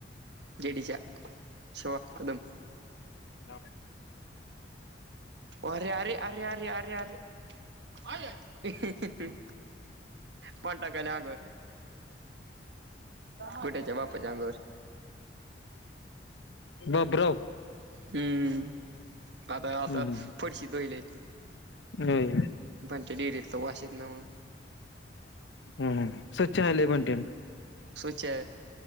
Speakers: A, on the right (about 70°); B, on the left (about 80°).
A: जडेजा शॉर्ट कदम
B: <unintelligible>
A: अरे अरे अरे अरे अरे अरे अह पडला की नाही अंगावर कुठच्या बापाच्या अंगावर <inaudible>
B: ब ब्रो
A: हम्म आता
B: हम्म
A: आता
B: हम्म.
A: फडशी धुवायले
B: होय
A: पणच्या डेरीतलं वास येत ना म्हणून
B: हम ह, स्वच्छ हाये लई बंट्या.
A: चे